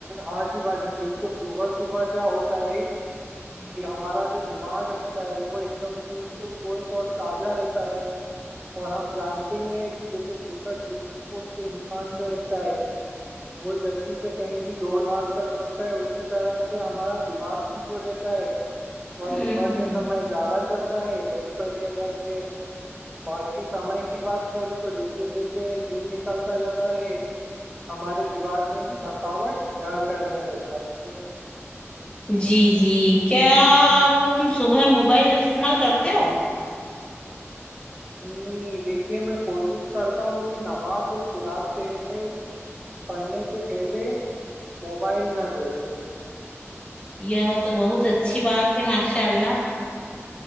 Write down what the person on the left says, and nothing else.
ہوں
ہوں
جی جی کیا تم صبح موبائل استعمال کرتے ہو
یہ تو بہت اچھی بات ہے ماشاء اللہ